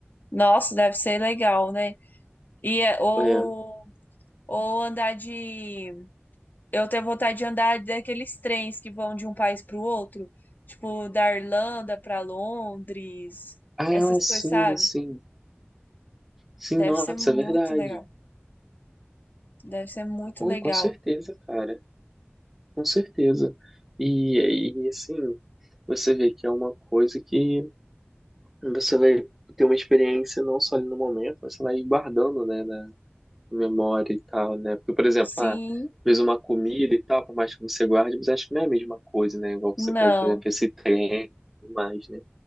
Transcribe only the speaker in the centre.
É.
Ah,
sim,
sim. Sim,
nossa,
é verdade.
Pô,
com certeza, cara. Com certeza. E, e assim, você vê que é uma coisa que você vai ter uma experiência não só ali no momento, mas você vai guardando, né, na memória e tal, né? Porque, por exemplo,
ah, fez uma comida e tal, por mais que você guarde, mas acho que não é a mesma coisa, né? Igual você
pede, por exemplo, esse trem e mais, né?